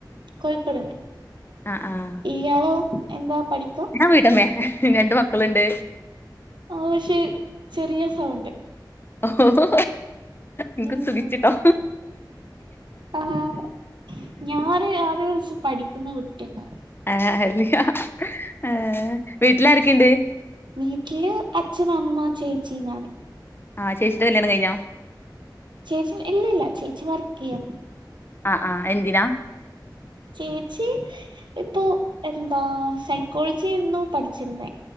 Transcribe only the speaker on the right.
കോഴിക്കോട്ന്നെ
ഇയാളോ എന്താ പഠിക്കാ
ആഹ് പക്ഷെ ചെറിയ സൗണ്ട്
ഉം ആഹ് ഞാന് ആദിയോം വെച്ച് പഠിക്കുന്ന കുട്ടിയെന്നാ
വീട്ടില് അച്ഛനമ്മ ചേച്ചി ഞാന്
ചേച്ചി ഇല്ലില്ലാ ചേച്ചി വർക്കിയ്യാ
ചേച്ചി ഇപ്പൊ എന്താ സൈക്കോളജി ആയിരുന്നു പഠിച്ചിരുന്നേ